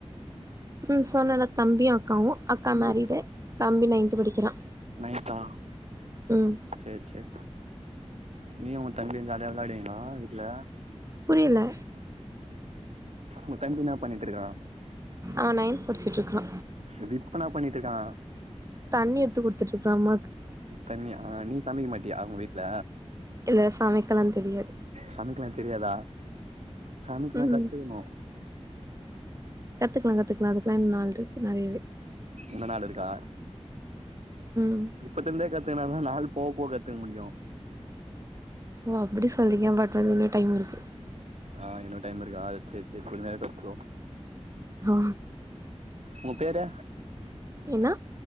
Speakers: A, on the right; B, on the right.
A: ம் சொன்னன தம்பியு அக்காவு அக்கா
B: தம்பி
A: மேரீடு தம்பி நைன்த்து படிக்றா
B: நைன்த்தா
A: ம்
B: சேரி சேரி நீயு உங்க தம்பியு ஜாலியா வெளாடுவீங்களா வீட்டு்ல
A: புரியல
B: ஒன் தம்பி என்னா பண்ணிட்டு இருக்கா
A: ஆ நைன்த்து படிச்சிட்டு இருக்கா
B: செரி இப்ப என்னா பண்ணிட்டு இருக்கா
A: தண்ணி எடுத்துக் குடுத்துகிட்டு இருக்கா அம்மாக்கு
B: தண்ணியா நீ சமைக்க மாட்டியா உங்க வீட்டுல
A: இல்ல சமைக்கலா தெரியாது
B: சமைக்கலா தெரியாதா சமைக்கலா
A: ம்
B: கத்துக்குணு
A: கத்துக்லா கத்துக்லா அதுக்லா இன்னு நாள் இருக்கு நெறையவே
B: <unintelligible> நாள் இருக்கா
A: ம்
B: இப்பத்ருந்தே கத்துக்குனாதா நாள் போவ போவ கத்துக்க முடியு
A: ஓ அப்புடி சொல்லிங்க பட் அதுக்கு இன்னு டைம் இருக்கு
B: ஆ இன்னு டைம் இருக்கா செரி சேரி கொஞ்ச லேட்டா கத்துக்கோ
A: ஆ
B: ஒங்க பேரு
A: என்னா